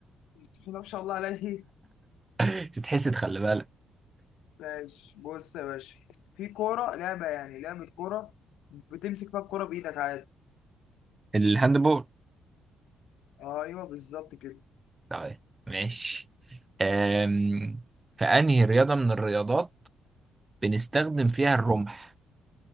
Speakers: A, on the left; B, on the right.
A: بسم الله ما شاء الله عليه
B: <laughs> تتحسد خلي بالك
A: ماشي بص يا باشا في كورة لعبة يعني لعبة كورة بتمسك فيها الكورة بإيدك عادي
B: الهاندبول
A: ايوه بالظبط كده
B: طيب ماشي أم... في أنهي رياضة من الرياضات بنستخدم فيها الرمح